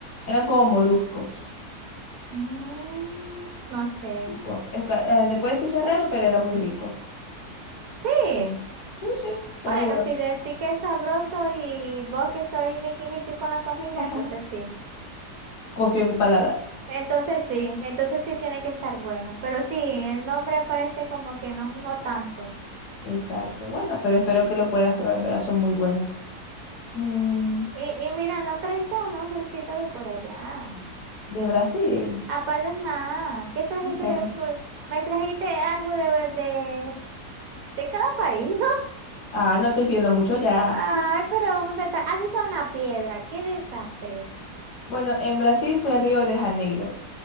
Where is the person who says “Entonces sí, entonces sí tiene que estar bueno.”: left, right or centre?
Right